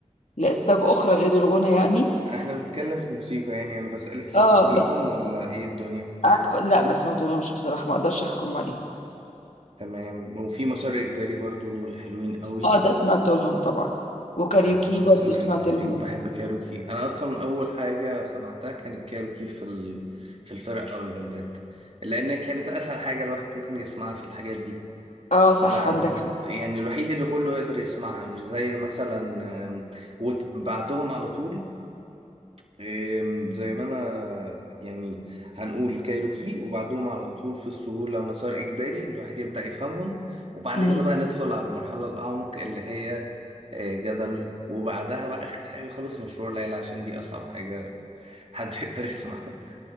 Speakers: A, on the left; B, on the right.
A: لاسباب اخرى غير الغنى يعني
B: احنا بنتكلم في موسيقى يعني انا بسألك سمعت
A: اه بس
B: لهم ولا ايه الدنيا
A: عندك- لا ما سمعت لهمش بصراحه ما اقدرش احكم عليه
B: تمام وفي مسار اجباري برضو دول حلوين قوي
A: اه ده سمعت لهم طبعا وكاريوكي
B: بحب مسار
A: برضه سمعت
B: إجباري
A: لهم
B: وبحب كايروكي أنا أصلا أول حاجة سمعتها كانت كايروكي في ال... في الفرق أو البندات لأن كانت أسهل حاجة الواحد ممكن يسمعها في الحاجات دي
A: اه صح
B: بعد
A: عندك حق
B: يعني الوحيد اللي كله يقدر يسمعها مش زي مثلا آم، وت- بعدهم على طول إيه، زي ما انا يعني هنقول كايروكي وبعدهم على طول في السهولة مسار إجباري الواحد يبدأ يفهمهم وبعد
A: امم
B: كده بقى ندخل على المرحلة الأعمق اللي هي إيه، جدل وبعدها بقى آخر حاجة خالص مشروع ليلى عشان دي أصعب حاجة حد <laughs> يقدر يسمعها